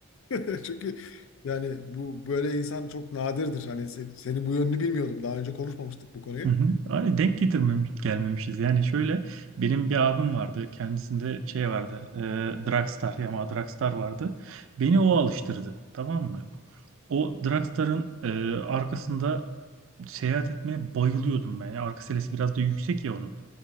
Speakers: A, on the left (about 65°); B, on the right (about 60°).
A: <laughs> Çünkü yani bu böyle insan çok nadirdir. Hani se- senin bu yönünü bilmiyordum. Daha önce konuşmamıştık bu konuyu.
B: Hı hı. Ay, Denk getirmemiş, gelmemişiz. Yani şöyle benim bir abim vardı. Kendisinde şey vardı. E, Dragstar, Yamaha Dragstar vardı. Beni o alıştırdı. Tamam mı? O Dragstar'ın e, arkasında seyahat etmeye bayılıyordum ben. Ya, arka selesi biraz da yüksek ya onun.